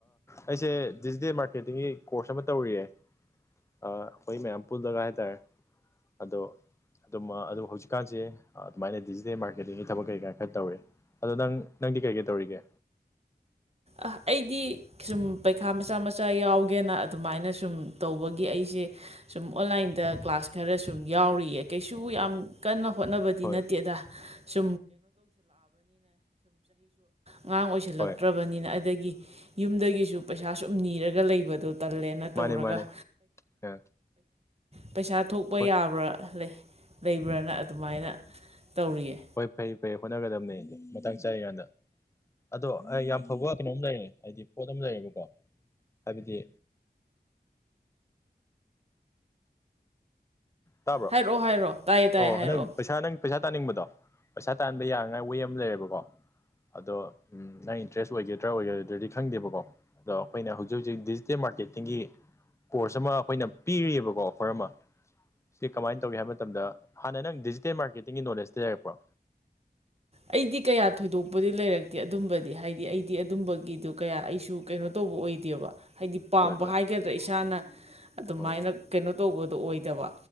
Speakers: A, on the left; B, on the right.
A: ꯑꯩꯁꯦ ꯗꯤꯖꯤꯇꯦꯜ ꯃꯥꯔꯀꯦꯇꯤꯡꯒꯤ ꯀꯣꯔꯁ ꯑꯃ ꯇꯧꯔꯤꯌꯦ ꯑꯩꯈꯣꯏ ꯃꯌꯥꯝ ꯄꯨꯜꯂꯒ ꯍꯥꯏꯇꯥꯔꯦ ꯑꯗꯣ ꯑꯗꯨꯝꯃ ꯑꯗꯣ ꯍꯧꯖꯤꯛꯀꯥꯟꯁꯦ ꯑꯗꯨꯃꯥꯏꯅ ꯗꯤꯖꯤꯇꯦꯜ ꯃꯥꯔꯀꯦꯇꯤꯡꯒꯤ ꯊꯕꯛ ꯀꯩ ꯀꯥ ꯈꯔ ꯇꯧꯔꯤ ꯑꯗꯣ ꯅꯪ ꯅꯪꯗꯤ ꯀꯩ ꯀꯩ ꯇꯧꯔꯤꯒꯦ
B: ꯑ ꯑꯩꯗꯤ ꯁꯨꯝ ꯄꯩꯈꯥ ꯃꯆꯥ ꯃꯆꯥ ꯌꯥꯎꯒꯦꯅ ꯑꯗꯨꯃꯥꯏꯅ ꯁꯨꯝ ꯇꯧꯕꯒꯤ ꯑꯩꯁꯦ ꯁꯨꯝ ꯑꯣꯟꯂꯥꯏꯟꯗ ꯀ꯭ꯂꯥꯁ ꯈꯔ ꯁꯨꯝ ꯌꯥꯎꯔꯤꯌꯦ ꯀꯩꯁꯨ ꯌꯥꯝ ꯀꯟꯅ ꯍꯣꯠꯅꯕꯗꯤ
A: ꯍꯣꯏ
B: ꯅꯠꯇꯦꯗ <inaudible> ꯑꯉꯥꯡ ꯑꯣꯏꯁꯤꯜꯂꯛꯇ꯭ꯔꯕꯅꯤ
A: ꯍꯣꯏ
B: ꯑꯗꯒꯤ ꯌꯨꯝꯗꯒꯤꯁꯨ ꯄꯩꯁꯥ ꯁꯨꯝ ꯅꯤꯔꯒ ꯂꯩꯕꯗꯣ ꯇꯜꯂꯦꯅ ꯇꯧꯔꯒ
A: ꯃꯥꯅꯦ ꯃꯥꯅꯦ ꯑ
B: ꯄꯩꯁꯥ ꯊꯣꯛꯄ
A: ꯍꯣꯏ
B: ꯌꯥꯕ꯭ꯔꯥ ꯂꯩ ꯂꯩꯕ꯭ꯔꯅ ꯑꯗꯨꯃꯥꯏꯅ ꯇꯧꯔꯤꯌꯦ
A: ꯍꯣꯏ ꯐꯩ ꯐꯩ ꯍꯣꯠꯅꯒꯗꯕꯅꯤ ꯃꯇꯥꯡ ꯆꯥꯔꯤꯀꯥꯟꯗ ꯑꯗꯣ ꯑꯩ ꯌꯥꯝ ꯐꯕ ꯋꯥ ꯀꯩꯅꯣꯝ ꯂꯩꯔꯦ ꯍꯥꯏꯗꯤ ꯄꯣꯠ ꯑꯃ ꯂꯩꯔꯦꯕꯀꯣ ꯍꯥꯏꯕꯗꯤ ꯇꯥꯕ꯭ꯔꯣ
B: ꯍꯥꯏꯔꯛꯑꯣ ꯍꯥꯏꯔꯛꯑꯣ ꯇꯥꯏꯌꯦ ꯇꯥꯏꯌꯦ
A: ꯑꯣ
B: ꯍꯥꯏꯔꯛꯑꯣ
A: ꯅꯪ ꯄꯩꯁꯥ ꯅꯪ ꯄꯩꯁꯥ ꯇꯥꯟꯅꯤꯡꯕꯗꯣ ꯄꯩꯁꯥ ꯇꯥꯟꯕ ꯌꯥꯅꯉꯥꯏ ꯋꯦ ꯑꯃ ꯂꯩꯔꯦꯕꯀꯣ ꯑꯗꯣ ꯅꯪ ꯏꯟꯇ꯭ꯔꯦꯁ ꯑꯣꯏꯒꯗ꯭ꯔꯥ ꯑꯣꯏꯔꯣꯏꯗ꯭ꯔꯗꯤ ꯈꯪꯗꯦꯕꯀꯣ ꯑꯗꯣ ꯑꯩꯈꯣꯏꯅ ꯍꯧꯖꯤꯛ ꯍꯧꯖꯤꯛ ꯗꯤꯖꯤꯇꯦꯜ ꯃꯥꯔꯀꯦꯠꯇꯤꯡꯒꯤ ꯀꯣꯔꯁ ꯑꯃ ꯑꯩꯈꯣꯏꯅ ꯄꯤꯔꯤꯕꯀꯣ ꯑꯣꯐꯔ ꯑꯃ ꯁꯤ ꯀꯃꯥꯏꯅ ꯇꯧꯒꯦ ꯍꯥꯏꯕ ꯃꯇꯝꯗ ꯍꯥꯟꯅ ꯅꯪ ꯗꯤꯖꯤꯇꯦꯜ ꯃꯥꯔꯀꯦꯇꯤꯡꯒꯤ ꯅꯣꯂꯦꯖꯇꯤ ꯂꯩꯔꯛꯄ꯭ꯔꯣ
B: ꯑꯩꯗꯤ ꯀꯌꯥ ꯊꯣꯏꯗꯣꯛꯄꯗꯤ ꯂꯩꯔꯛꯇꯦ ꯑꯗꯨꯝꯕꯗꯤ ꯍꯥꯏꯗꯤ ꯑꯩꯗꯤ ꯑꯗꯨꯝꯕꯒꯤꯗꯣ ꯀꯌꯥ ꯑꯩꯁꯨ ꯀꯩꯅꯣ ꯇꯧꯕ ꯑꯣꯏꯗꯦꯕ ꯍꯥꯏꯗꯤ ꯄꯥꯝꯕ
A: ꯍꯣꯏ ꯍꯣꯏ
B: ꯍꯥꯏꯒꯗ꯭ꯔꯥ ꯏꯁꯥꯅ ꯑꯗꯨꯃꯥꯏꯅ
A: ꯍꯣꯏ
B: ꯀꯩꯅꯣ ꯇꯧꯕꯗꯣ ꯑꯣꯏꯗꯕ